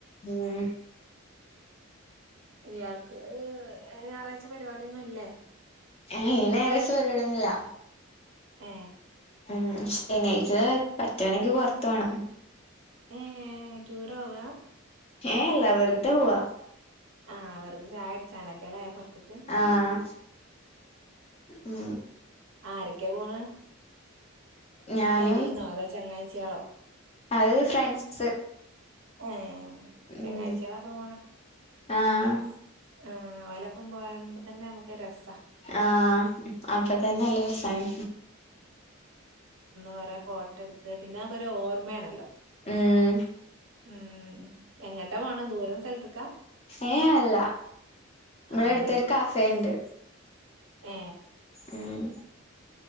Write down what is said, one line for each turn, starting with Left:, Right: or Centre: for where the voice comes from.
Left: പിന്നെ
Right: ഇയാൾക്ക് ഈ ഞായറാഴ്ച പരിപാടിയൊന്നുംല്ലേ
Left: ഈ ഞാറാഴച്ചപരിടുന്നില്ല
Right: ഏ
Left: ഉം ന്നെയാഴച്ച പറ്റണെങ്കിൽ പൊറത്ത് പോണം
Right: ഏഹ് ഏഹ് ടൂറോവാ
Left: ഏ അല്ല വെറുതെ പോവ
Right: ആഹ് വെർതെ ചായ കുടിച്ചാനൊക്കെല്ലേ പുറത്ത്ന്ന്
Left: ആഹ് ഉം
Right: ആരൊക്കെ പോണത്
Left: ഞാനും
Right: പെരിന്നോ അതോ ചങ്ങാഴ് ച്ചിയാളോ
Left: അത് ഫ്രൻസ്
Right: ഏ
Left: ഉം
Right: ചങ്ങാഴ്ചിയാളൊപ്പം
Left: ആഹ്
Right: ആഹ് ഓലപ്പം പോയ്മ്പതന്നെ നമുക്കൊരു രസ
Left: ആഹ് അപ്പൊ തന്നെ നല്ലരസാണ്
Right: കൊറെേ ഫോട്ടോ എടുത്ത് പിന്നെ അക്കൊ ഒരു ഓർമ്മെണല്ലോ
Left: ഉം
Right: ഉം എങ്ങട്ടാ പോണേ ദൂരസ്ഥലത്തക്കാ
Left: ഏഹ് അല്ല ഇവിടെ
Right: ആ
Left: അടുത്തൊരു
Right: അടുത്ത്
Left: കഫേണ്ട്
Right: ഏ
Left: ഉം